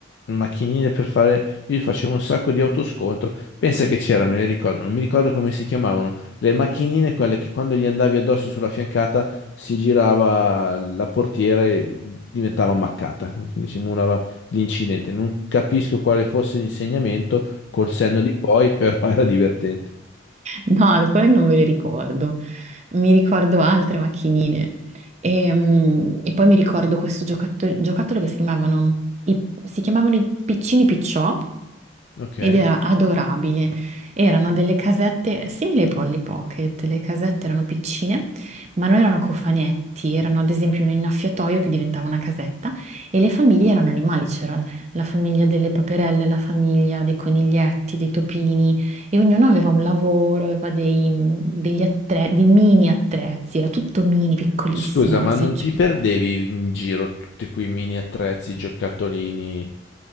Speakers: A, on the left (about 65°); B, on the right (about 35°).
A: macchinine per fare... Io facevo un sacco di autoscontro. Pensa che c'era, me le ricordo, non mi ricordo come si chiamavano. Le macchinine, quelle che quando gli andavi addosso sulla fiancata si girava la portiera e diventava ammaccata. quindi Simulava l'incidente. Non capisco quale fosse l'insegnamento col senno di poi, però <laughs> era divertente.
B: No, alcune non me le ricordo. Mi ricordo altre macchinine. E, mm, e poi mi ricordo questo giocattolo, giocattolo che si chiamavano, i, si chiamavano i piccini picciò
A: Ok.
B: ed era adorabile. Erano delle casette simili ai Polly Pocket. Le casette erano piccine, ma non erano cofanetti, erano ad esempio un innaffiatoio che diventava una casetta e le famiglie erano animali. C'era la famiglia delle paperelle, la famiglia dei coniglietti, dei topini. E ognuno aveva un lavoro, aveva dei, mhmm, degli attre- dei mini attrezzi, era tutto mini, piccolissimo,
A: Scusa, ma
B: il seggiolino.
A: non ti perdevi in giro tutti quei mini attrezzi, giocattolini?